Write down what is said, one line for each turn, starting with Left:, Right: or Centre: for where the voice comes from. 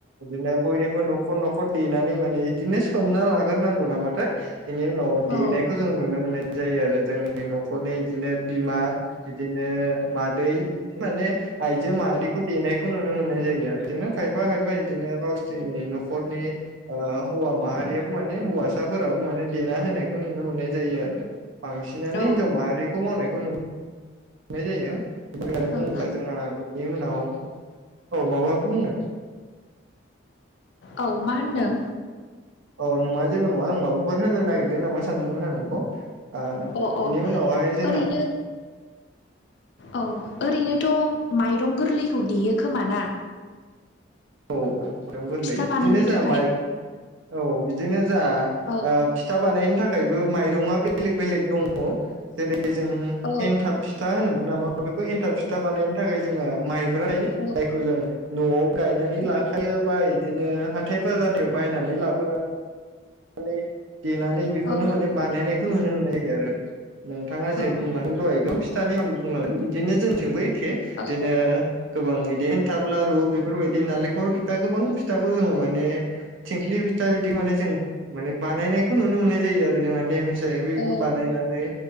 Right: बिदिनो बयनिबो न'खर न'खर देनानै माने बिदिनो सोमना लाग्रोनांगौ नामाथाय बेनि उनाव देनायखौ
Left: औ
Right: जों नुनो मोननाय जायो आरो जोंनि न'खरनि बिदिनो बिमा बिदिनो मादै बिदि माने आयजो माहारिखौ देनायखौ नुनो मोननाय जायो आरो बिदिनो खायफा खायफा बिदिनो गावसोरनि न'खरनि ओ हौवा माहारियाबो माने हौवासाफोराबो माने देना होनायखौ नुनो मोन नाय जायो आरो बांसिनानो
Left: औ
Right: हिनजाव माहारिखौ मावनायखौ नु नाय जायो बेनिफ्राय आरो बुङोबा
Left: औ
Right: जोंहा बिनि उनाव औ माबा बुंनो?
Left: औ मा होनदों
Right: औ नङा जेबो नङा <unintelligible> बाफोर होनो नागिरदों नामा सानदोंमोन आं नोंखौ आ बेनि
Left: अ अ
Right: उनावहाय जोंहा
Left: ओरैनो औ ओरैनोथ' माइरं गोरलैखौ देयो खोमा ना
Right: औ औ माइरं गोरलै
Left: फिथा
Right: बिदिनो
Left: बानायनो
Right: जोंहा
Left: थाखाय
Right: माइ औ बिदिनो जा
Left: औ
Right: फिथा बानायनो थाखायबो माइरङा बेलेग बेलेग दङ औ सेर जों
Left: औ
Right: एन्थाब फिथा होनोमोन नामा बेखौ एनथाब फिथा बानायनो थाखाय जोङो माइब्रा लायो
Left: औ
Right: जायखौ जों न'आव गायनानै लाखायो बा बिदिनो हाथाय बाजारनिफ्राय बायनानै लाबोनानै माने देनानै बेखौनो
Left: औ
Right: माने बानायनायखौ नुनो मोननाय जायो आरो नोंथाङा
Left: औ
Right: जेरै बुंलां द एगं फिथानि बुं बिदिनो जोंथिंबो एखे
Left: औ
Right: बिदिनो गोबां बिदिन्थाब्लाारु बेफोरबायदि नालें नखर फिथा गोबां फिथाखौ जोङो माने थिंख्लि फिथा बिदि माने जों माने बानायनाय बेखौ नुनो मोननाय जायो आरो जोंहा नेम हिसाबै बेखौ
Left: औ
Right: बानायनानै